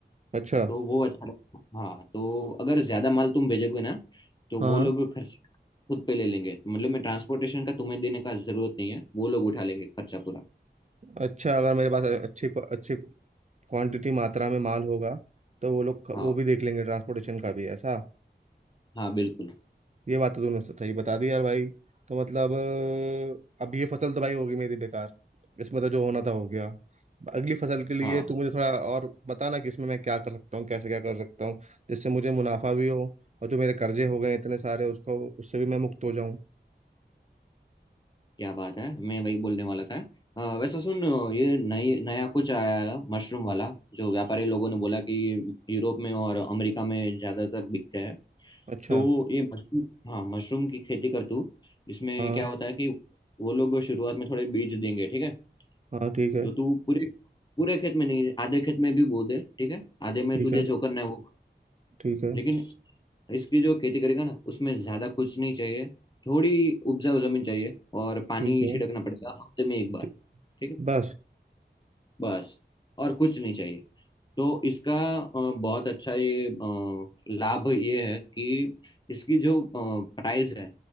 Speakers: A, on the right; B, on the left.
A: अच्छा
B: तो वो अच्छा रहेगा हाँ तो अगर ज़्यादा माल तुम भेजोगे ना तो
A: हाँ
B: वो लोग
A: हाँ
B: खर्च खुद पे ले लेंगे मतलब मैं ट्रांसपोर्टेशन का तुम्हें देने का जरूरत नहीं है वो लोग उठा लेंगे खर्चा पूरा
A: अच्छा अगर मेरे पास अच्छी अच्छी क्वांटिटी मात्रा में माल होगा तो वो लोग
B: हाँ
A: वो भी देख लेंगे ट्रांसपोर्टेशन का भी ऐसा
B: हाँ बिल्कुल
A: ये बात तो तुमने सही बता दी यार भाई तो मतलब अ, अब ये फसल तो भाई होगी मेरी बेकार इसमें तो जो होना था हो गया अगली फसल के लिए
B: हाँ
A: तू मुझे थोड़ा और बताना कि इसमें मैं क्या कर सकता हूँ कैसे क्या कर सकता हूँ जिससे मुझे मुनाफा भी हो और जो मेरे कर्जे हो गए हैं इतने सारे उसको उससे भी मैं मुक्त हो जाऊं
B: क्या बात है मैं वही बोलने वाला था अ, वैसे सुन ये नई नया कुछ आया है मशरूम वाला जो व्यापारी लोगों ने बोला कि यूरोप में और अमेरिका में ज्यादातर बिकते हैं
A: अच्छा
B: तो ये मशरूम हाँ मशरूम की खेती कर तू इसमें
A: हाँ
B: क्या होता है कि वो लोग शुरुआत में थोड़े बीज देंगे ठीक है
A: हाँ ठीक है
B: तो तू पूरे पूरे खेत में नहीं आधे खेत में भी बो दे ठीक है आधे
A: ठीक
B: में तुझे
A: है
B: जो करना है वो
A: ठीक है
B: लेकिन इस- इसकी जो खेती करेगा ना उसमें ज्यादा कुछ नहीं चाहिए थोड़ी उपजाऊ जमीन चाहिए और पानी
A: ठीक है
B: छिड़कना पड़ेगा हफ्ते में एक बार
A: ठीक
B: ठीक है
A: बस
B: बस और कुछ नहीं चाहिए तो इसका अ, बहुत अच्छा ये अ, लाभ ये है कि इसकी जो प्राइस है